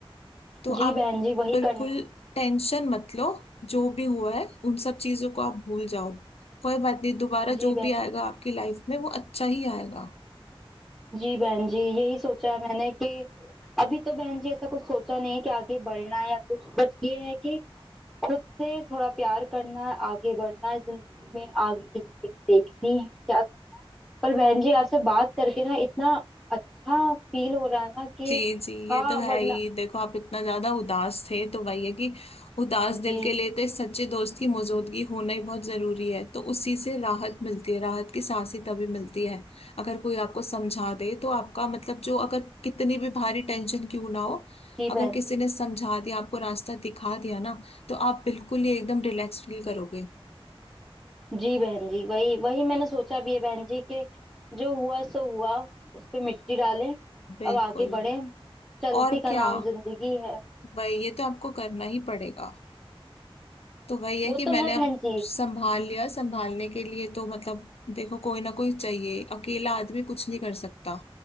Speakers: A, on the left; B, in the centre.
A: तो
B: जी
A: आप
B: बहन जी वही
A: बिल्कुल
B: करना है
A: टेंशन मत लो जो भी हुआ है उन सब चीजों को आप भूल जाओ कोई बात नहीं दोबारा
B: जी
A: जो
B: बहन
A: भी आएगा आपकी लाइफ में वो अच्छा ही आएगा
B: जी जी बहन जी यही सोचा है मैंने कि अभी तो बहन जी ऐसा कुछ सोचा नहीं है कि आगे बढ़ना है या कुछ बट ये है कि खुद से थोड़ा प्यार करना है आगे बढ़ना है जिंदगी में आगे की जिंदगी देखनी है क्या पर बहन जी आपसे बात करके ना इतना अच्छा फील हो रहा है ना कि
A: जी जी
B: हाँ
A: ये तो है
B: वरना
A: ही देखो आप इतना ज्यादा उदास थे तो वही है कि उदास
B: जी
A: दिल के लिए तो एक सच्चे दोस्त की मौजूदगी होना ही बहुत जरूरी है तो उसी से राहत मिलती है राहत की सांस ही तभी मिलती है अगर कोई आपको समझा दे तो आपका मतलब जो अगर कितनी भी भारी टेंशन क्यों ना हो
B: जी बहन
A: अगर किसी
B: जी
A: ने समझा दिया आपको रास्ता दिखा दिया ना तो आप बिल्कुल ही एकदम रिलैक्स फील करोगे
B: जी बहन जी वही वही मैंने सोचा भी है बहन जी कि जो हुआ सो हुआ उस पे मिट्टी डालें
A: बिल्कुल
B: अब आगे बढ़े चलती
A: और
B: का
A: क्या
B: नाम जिंदगी है
A: वही ये तो आपको करना ही पड़ेगा तो वही है
B: वो
A: कि मैंने
B: तो है बहन
A: अब
B: जी
A: संभाल लिया संभालने के लिए तो मतलब देखो कोई ना कोई चाहिए अकेला आदमी कुछ नहीं कर सकता